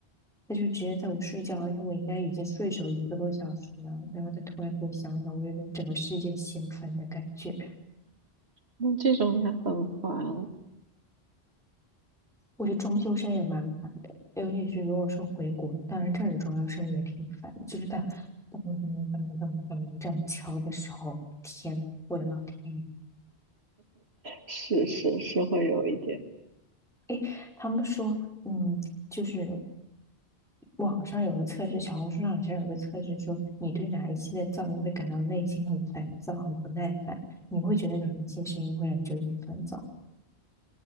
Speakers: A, in the centre; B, on the right.
A: 他就直接在我睡觉，而且我应该已经睡熟一个多小时了，然后他突然给我想想，我有种整个世界掀翻的感觉。
B: 那这种也很烦，
A: 我觉得装修声也蛮烦的，尤其是如果说回国，当然这儿的装修声也挺烦的，就是他噔噔噔噔噔这样敲的时候，天，我的老天爷！
B: 是是是会有一点，
A: 诶，他们说，嗯，就是网上有个测试，小红书上好像有个测试说，你对哪一系列噪音会感到内心很烦躁、很不耐烦？你会觉得哪一些声音会让你觉得很烦躁？